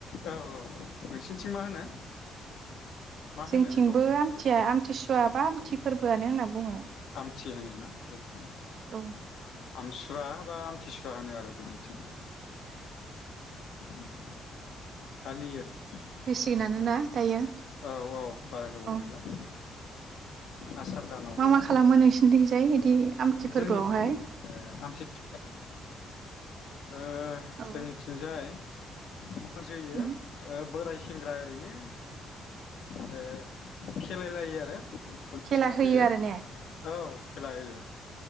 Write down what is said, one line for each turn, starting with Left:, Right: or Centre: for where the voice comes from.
Left: औ औ। नोंसिनिथिं मा होनो? मा
Right: जोंनिथिंबो
Left: होनो बेखौ
Right: आमथिया आमथिसुवा बा आमथि फोरबोआनो होनना बुङो।
Left: आमथि होनोना बिदिनो
Right: औ।
Left: आमसुवा बा आमथिसुवा होनो आरो जोंनिथिं। उम। फालियो। उम
Right: फैसिगोनानो ना दायो
Left: औ औ बारा गोबाव
Right: औ
Left: गैला। आसार दानावनो
Right: मा मा
Left: ना
Right: खालामो नोंसिनिथिंजाय? आमथि फोरबोआवहाय
Left: जोंनि ओ आमथिसुवा ओ
Right: औ
Left: जोंनिथिंजाय फुजियो
Right: उम
Left: बोराय सेंग्रा ओरैनो ओ खेलायलायो आरो। <unintelligible>
Right: खेला होयो आरो ने
Left: औ खेला होयो।